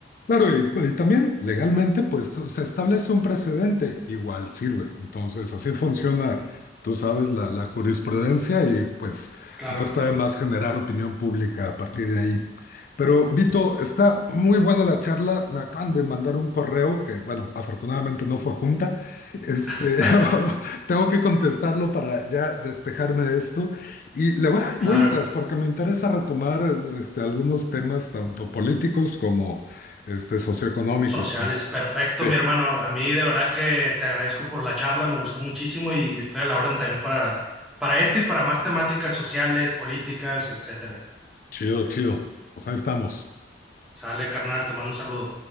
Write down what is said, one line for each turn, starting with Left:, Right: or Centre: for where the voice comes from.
Left: Claro, y, y también legalmente, pues se establece un precedente, igual sirve. Entonces, así funciona, tú sabes, la, la jurisprudencia y pues
Centre: Claro,
Left: no está de más generar opinión pública a partir de ahí. Pero, Vito, está muy buena la charla. Me acaban de mandar un correo que, bueno, afortunadamente no fue junta. Este,
Centre: <laughs>
Left: <laughs> tengo que contestarlo para ya despejarme de esto. Y le voy a dar
Centre: claro.
Left: vueltas porque me interesa retomar este, algunos temas tanto políticos como este, socioeconómicos.
Centre: Sociales,
Left: claro.
Centre: perfecto,
Left: Sí,
Centre: mi hermano. A mí de verdad que te agradezco por la charla, me gustó muchísimo y estoy a la orden también para, para este y para más temáticas sociales, políticas, etcétera.
Left: chido, chido. Pues ahí estamos.
Centre: Sale, carnal, te mando un saludo.